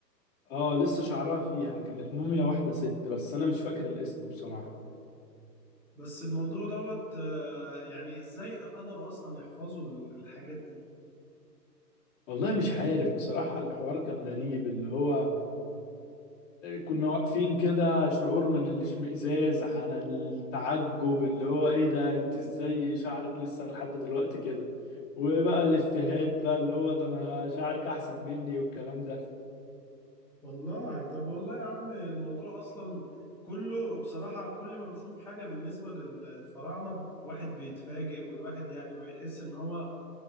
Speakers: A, on the left; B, in the centre.
A: اه لسه شعرها فيها كانت موميا واحدة ست بس انا مش فاكر الاسم بصراحة
B: بس الموضوع دوت آه، يعني ازاي قدروا أصلا يحفظوا الحاجات دي
A: والله مش عارف بصراحة الحوار كان غريب اللي هو كنا واقفين كده شعور من الاشمئزاز عن التعجب اللي هو ايه ده انت ازاي شعرك لسه لحد دلوقتي كده وبقى الافيهات بقى اللي هو ده انا شعرك احسن مني والكلام ده
B: والله طب والله يا عم الموضوع أصلا كله بصراحة كل ما بشوف حاجة بالنسبة للفراعنة واحد بيتفاجئ والواحد يعني بيحس إن هو